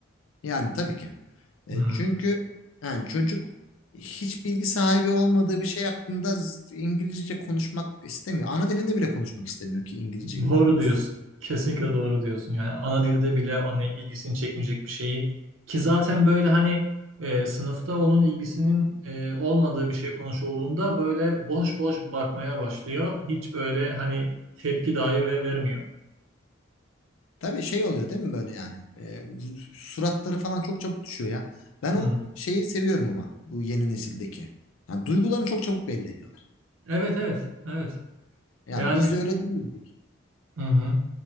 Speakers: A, on the left; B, on the right.
A: Yani tabii ki. E,
B: Hmm.
A: çünkü yani çocuk hiç bilgi sahibi olmadığı bir şey hakkında z- İngilizce konuşmak istemiyor. Ana dilinde bile konuşmak istemiyor ki İngilizce
B: Doğru
A: niye konuşsun?
B: diyorsun. Kesinlikle doğru diyorsun. Yani ana dilde bile hani ilgisini çekmeyecek bir şeyi ki zaten böyle hani e, sınıfta onun ilgisinin e, olmadığı bir şey konuşulduğunda böyle boş boş bakmaya başlıyor. Hiç böyle hani tepki dahi ve vermiyor.
A: Tabii şey oluyor değil mi böyle yani? Ee, suratları falan çok çabuk düşüyor ya. Ben
B: Hı
A: o
B: hı.
A: şeyi seviyorum ama bu yeni nesildeki. Yani duygularını çok çabuk belli ediyorlar.
B: Evet evet evet.
A: Ya
B: Yani
A: biz de öyle değildik.
B: hı hı.